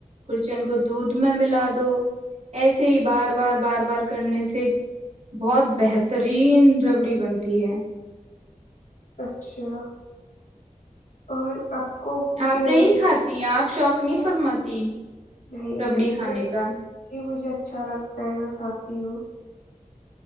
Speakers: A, on the right; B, on the left.
A: کورچین کو دودھ میں ملا دو دو ایسے ہی بار بار بار بار کرنے سے بہت بہترین ربڑی بنتی ہے
B: اچھا اور آپ کو
A: آپ
B: کیا
A: نہیں کھاتی آپ شوق
B: کیا
A: نہیں فرماتی
B: نہیں
A: ربڑی
B: نہیں
A: کھانے
B: میں
A: کا
B: یہ مجھے اچھا لگتا ہے میں کھاتی ہوں